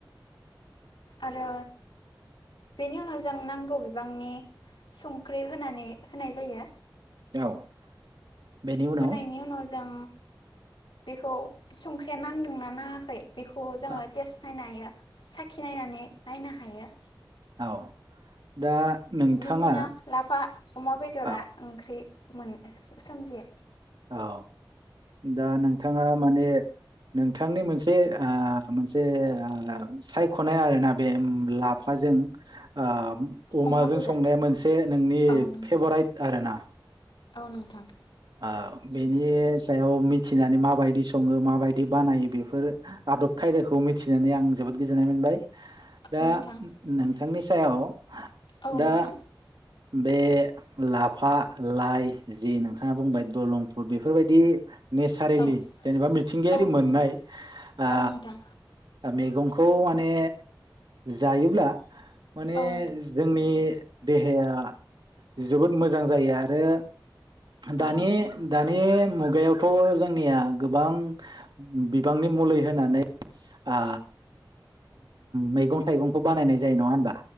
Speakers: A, on the left (about 85°); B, on the right (about 65°).
A: आरो बेनि उनाव जों नांगौ बिबांनि संख्रि होनानै होनाय जायो
B: औ। बेनि उनाव
A: होनायनि उनाव जों बेखौ संख्रिया नांदोंना नांङाखै बेखौ जोंङो
B: औ
A: टेस्ट नायनो हायो साखि नायनानै नायनो हायो।
B: औ दा नोंथाङा
A: बिदिनो लाफा अमा बेदरा
B: औ
A: ओंख्रि मोन सो-सोमजियो
B: औ दा नोंथाङा माने नोंथांनि मोनसे आ मोनसे सायखनाय आरोना बे लाफाजों आ अमाजों
A: अमा बेदर
B: संनाया मोनसे नोंनि
A: औ नोंथां
B: फेभराइट आरो ना
A: औ नोंथां
B: आ बेनि सायाव मिथिनानै माबायदि संङो माबायदि बानायो बेफोर आदब खायदाखौ मिथिनानै आं जोबोद गोजोननाय मोनबाय। दा
A: नोंथां
B: नो-नोंथांनि <unintelligible>
A: औ
B: दा
A: नोंथां
B: बे लाफा लाइ जि नों थांङा बुंबाय दलंपुर बेफोरबायदि नेचारेलि
A: औ
B: जेनेबा मिथिंगायारि
A: औ नोंथां
B: मोननाय ओ
A: औ नोंथां
B: मैगंखौ माने जायोब्ला माने
A: औ नोंथां औ
B: जोंनि देहाया जोबोद मोजां जायो आरो
A: नोंथां
B: दानि दानि मु बेयावथ' जोंनिया गोबां बिबांनि मुलै होनानै आ मैगं थाइगंखौ बानायनाय जायो नङा होमबा?